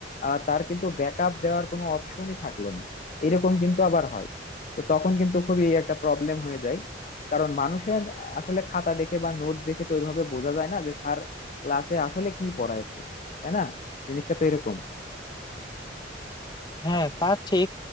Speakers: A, on the left; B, on the left.
A: আর তার কিন্তু ব্যাকআপ দেওয়ার কোনো অপশনই থাকলো না এরকম কিন্তু আবার হয় তো তখন কিন্তু খুবই একটা প্রবলেম হয়ে যায় কারণ মানুষের আসলে খাতা দেখে বা নোট দেখে তো ওইভাবে বোঝা যায় না যে স্যার ক্লাসে আসলে কি পড়ায়ছে তাই না জিনিসটা তো এরকম
B: হ্যাঁ তা ঠিক